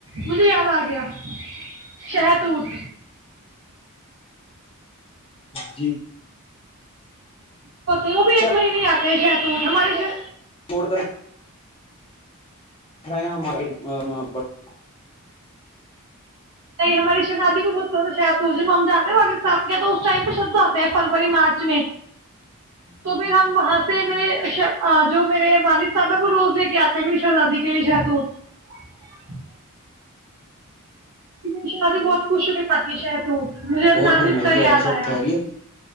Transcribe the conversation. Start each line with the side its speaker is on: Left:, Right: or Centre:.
Right: مجھے یاد آ گیا شہتوت
Left: جی
Right: ستے وہ بھی
Left: اچھا
Right: ایک مہینے ہی آ کہ سے ت ساری سے
Left: چھوڑ سں
Right: نہیں ہماری شہزادی کو بہت پسند شہ جب ہم جاتے ہیں والد صاحب کے تو اس ٹائم پہ شبد آتے ہیں فروری مارچ میں تو پھر ہم وہاں سے میرے جو میرے والد صاحب ہیں وہ روز لے کے آتے ہیں میری شہزادی کے لیے شہتوت ان شاء اللہ بھی بہت خوش ہو کے کھاتی ہے شاید وہ مجھے اب
Left: اور
Right: نام
Left: فرمائیے
Right: اس کا یاد
Left: آپ سب
Right: آیا
Left: خیریت